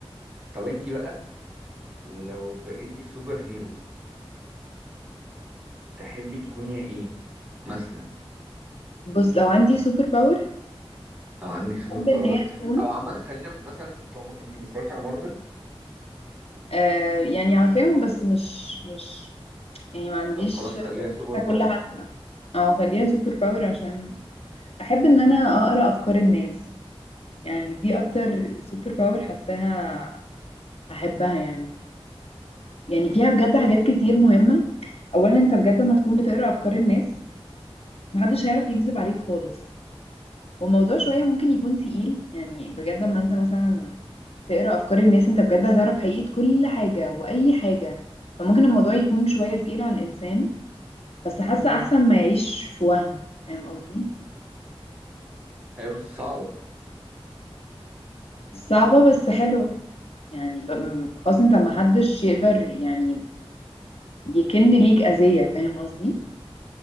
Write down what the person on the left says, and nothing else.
بص لو عندي سوبر باور
احب ان
هي تكون
آه يعني عارفاهم بس مش مش يعني ما عنديش
كل حد او خليها سوبر باور عشان احب ان انا اقرا افكار الناس يعني دي اكتر سوبر باور حاساها احبها يعني يعني فيها بجد حاجات كتير مهمة اولا انت بجد لما تكون بتقرا افكار الناس محدش هيعرف يكذب عليك خالص والموضوع شوية ممكن يكون تقيل يعني بجد لما انت مثلا تقرا افكار الناس انت بجد هتعرف حقيقة كل حاجة واي حاجة فممكن الموضوع يكون شوية تقيل على الانسان بس حاسة احسن ما يعيش في وهم فاهم قصدي
صعبة بس حلوة يعني ب- م- خلاص انت ما حدش يقدر يعني يكن ليك أذية فاهم قصدي